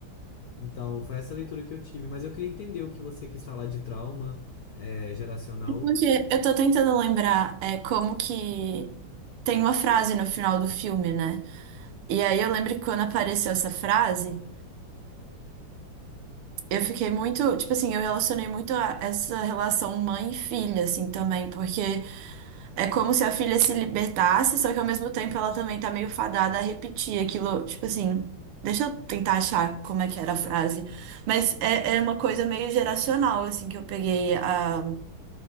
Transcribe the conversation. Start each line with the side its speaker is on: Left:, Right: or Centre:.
Left: Então, foi essa leitura que eu tive. Mas eu queria entender o que você quis falar de trauma, eh, geracional.
Right: Porque eu tô tentando lembrar é, como que tem uma frase no final do filme, né? E aí eu lembro que quando apareceu essa frase, eu fiquei muito, tipo assim, eu relacionei muito a essa relação mãe e filha, assim, também, porque é como se a filha se libertasse, só que ao mesmo tempo ela também tá meio fadada a repetir aquilo, tipo assim. Deixa eu tentar achar como é que era a frase. Mas é, é uma coisa meio geracional, assim, que eu peguei a,